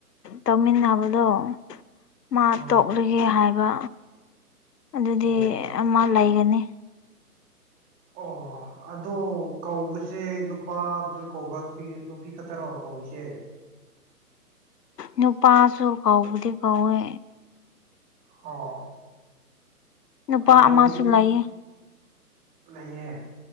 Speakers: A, on the left; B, on the right.
A: ꯇꯧꯃꯤꯟꯅꯥꯕꯗꯣ꯫ ꯃꯥ
B: ꯑꯥ
A: ꯇꯣꯛꯂꯒꯦ ꯍꯥꯏꯕ, ꯑꯗꯨꯗꯤ
B: ꯑꯣ
A: ꯑꯃ ꯂꯩꯒꯅꯤ꯫
B: ꯑꯣ ꯑꯗꯣ ꯀꯧꯕꯁꯦ ꯅꯨꯄ ꯕꯨꯁꯨ ꯀꯧꯕ꯭ꯔꯥ ꯅꯨꯄꯤ ꯅꯨꯄꯤ ꯈꯠꯇꯔꯣ ꯀꯧꯔꯤꯁꯦ
A: ꯅꯨꯄꯥꯁꯨ ꯀꯧꯕꯗꯤ ꯀꯧꯋꯦ
B: ꯑꯣ
A: ꯅꯨꯄꯥ
B: ꯑꯗꯣ
A: ꯑꯃꯁꯨ
B: ꯃꯤ
A: ꯂꯩꯌꯦ꯫
B: ꯂꯩꯌꯦ,